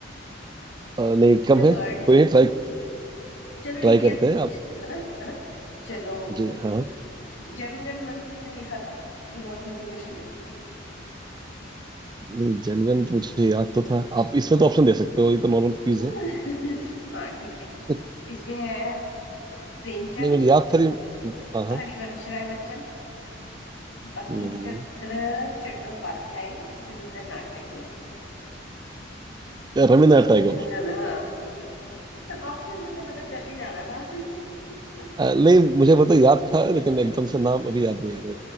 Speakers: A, on the right; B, on the left.
A: अ, नहीं
B: पूरे
A: कम है
B: वर्ड
A: कोई
B: की
A: नहीं ट्राई
B: चलो
A: ट्राई
B: इंडिया
A: करते
B: से
A: हैं
B: पूछती
A: आप
B: हूँ है ना है ना चलो
A: जे- हाँ
B: जनगण मन किसने लिखा था ये बहुत इजी क्वेश्चन है
A: नहीं जनगण तो मुझे याद तो था आप इसमें तो ऑप्शन दे सकते हो ये तो नॉर्मल क्यूज
B: <laughs>
A: है
B: हाँ ठीक है
A: <laughs>
B: इसमें है प्रेमचंद
A: नहीं मुझे याद था ये- हाँ हाँ
B: हरिवंश राय बच्चन बंकिम
A: नहीं
B: चंद्र चट्टोपाध्याय रविंद्रनाथ टैगोर इसमें
A: रविन्द्रनाथ
B: तो पता
A: टैगोर
B: चल जाना ऑप्शन से तो पता चल ही जाना था <laughs>
A: अ, नहीं मुझे पता याद था लेकिन एकदम से नाम अभी याद नहीं आ